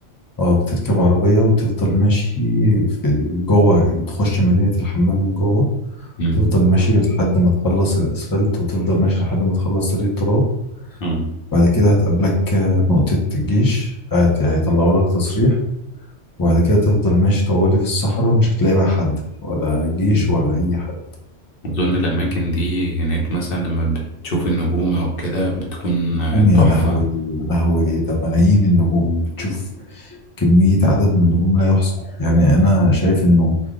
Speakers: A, on the left; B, on the left.
A: اه بتركب عربية وتفضل ماشي في جوه تخش مدينة الحمام من جوه
B: مم.
A: تفضل ماشي لحد ما تخلص الأسفلت وتفضل ماشي لحد ما تخلص طريق التراب
B: مم.
A: بعد كده هتقابلك آه، نقطة الجيش هت- هيطلعوا لك تصريح وبعد كده تفضل ماشي طوالي في الصحراء مش هتلاقي بقى حد ولا جيش
B: مم.
A: ولا أي حد
B: أظن الأماكن دي هناك مثلا لما بتشوف النجوم أو كده بتكون
A: نجوم
B: آه، تحفة
A: يا لهوي يا لهوي ده ملايين النجوم بتشوف كمية عدد من النجوم لا يحصى يعني أنا شايف إنه